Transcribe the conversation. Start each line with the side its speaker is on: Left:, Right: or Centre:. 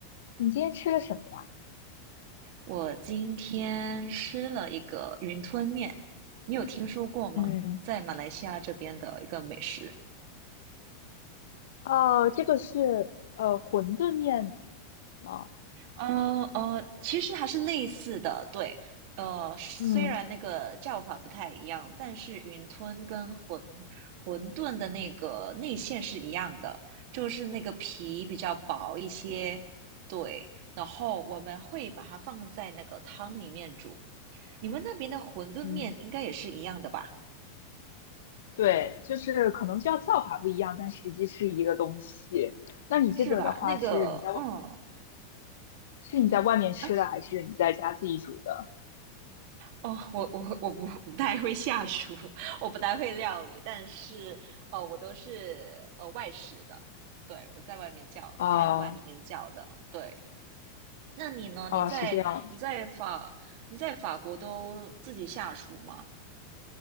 Left: 你今天吃了什么呀？
Right: 我今天吃了一个云吞面，你有听说过吗？
Left: 嗯，
Right: 在马来西亚这边的一个美食。
Left: 哦，这个是呃馄饨面吗？
Right: 呃呃，其实还是类似的，对，呃，虽然那个叫法不太一样，
Left: 嗯，
Right: 但是云吞跟馄馄饨的那个内馅是一样的，就是那个皮比较薄一些，对，然后我们会把它放在那个汤里面煮。你们那边的馄饨面应该也是一样的吧？
Left: 嗯，对，就是可能叫叫法不一样，但实际是一个东西。那你这个的话，
Right: 是吧？那个，
Left: 是你在外
Right: 嗯，
Left: 是你在外面吃的，
Right: 啊，
Left: 还是你在家自己煮的？
Right: 哦，我我我不不太会下厨，<laughs> 我不太会料理，但是呃，我都是呃外食的，对，我在外面叫，
Left: 啊、
Right: 餐馆里面叫的，对。那你呢？
Left: 啊、
Right: 你在你在法你在法国都自己下厨吗？
Left: 是这样。